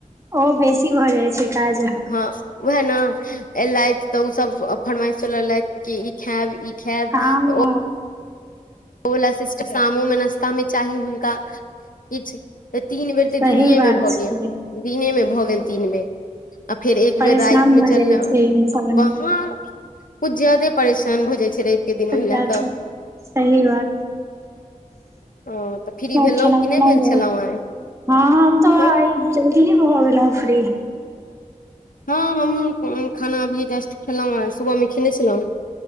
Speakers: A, on the right; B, on the left.
A: ओ बेसी भऽ जाइ छै काज
B: वहे न एलथि तऽ ओ सब फरमाइश चलेलैथ की इ खायब ई खायब
A: हँ
B: तऽ ओ ओ वला सिस्टर शामो मे नश्तामे चाही हुनका किछ तऽ तीन बेर तऽ
A: सही
B: दिनियेमे
A: बात
B: भऽ
A: छै
B: गेल दिनेमे भऽ गेल तीन बेर आ फेर एक
A: परेशान
B: बेर राइत
A: भऽ
B: मे चलला
A: जाइ छै इंसान
B: वहाँ किछ जादे परेशान भऽ जाइ छैय रैव क दिन
A: एकरा
B: महिला सभ।
A: तऽ <unintelligible> खेनाइ
B: ह तऽ फ्री
A: पिनाइ
B: भेलहुँ कि नहि
A: भ
B: भेल
A: गेल
B: छलहुँ आइ
A: हँ हम तऽ
B: हँ
A: आइ जल्दी ही भ गेला। फ्री
B: हँ हमहूँ खाना अभीए जस्ट खेलहुँ हेँ सुबहमे खेने छलहुँ।